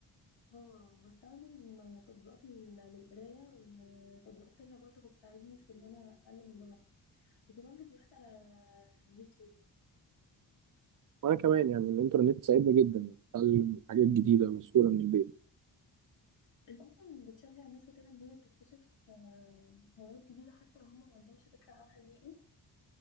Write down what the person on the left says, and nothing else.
اه بستخدم تطبيقات لل- للقراية وتطبيقات تانية برضو بتساعدني في ان انا اتعلم اللغة وكمان فيديوهات على اليوتيوب
انت اصلا بتشجع الناس وكده ان هي تكتشف آه، هوايات جديدة حتى لو هم ما عندهمش فكرة عنها نهائي